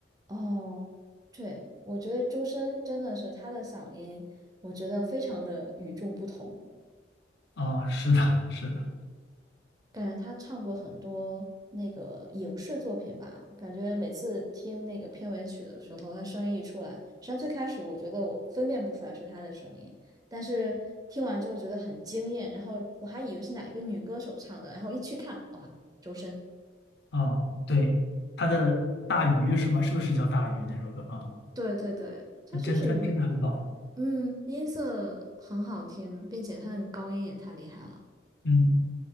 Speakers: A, on the right (about 20°); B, on the left (about 60°).
A: 哦，对，我觉得周深真的是他的嗓音，我觉得非常的与众不同。
B: 啊，是的，是的，
A: 感觉他唱过很多那个影视作品吧，感觉每次听那个片尾曲的时候，他声音一出来，实际上最开始我觉得我分辨不出来是他的声音，但是听完之后觉得很惊艳，然后我还以为是哪一个女歌手唱的，然后一去看，哇，周深。
B: 啊，对，他的《大鱼》是吧？是不是叫《大鱼》那首歌啊？
A: 对对对，他就是，
B: 真真真的很棒。
A: 嗯，音色很好听，并且他那个高音也太厉害了。
B: 嗯，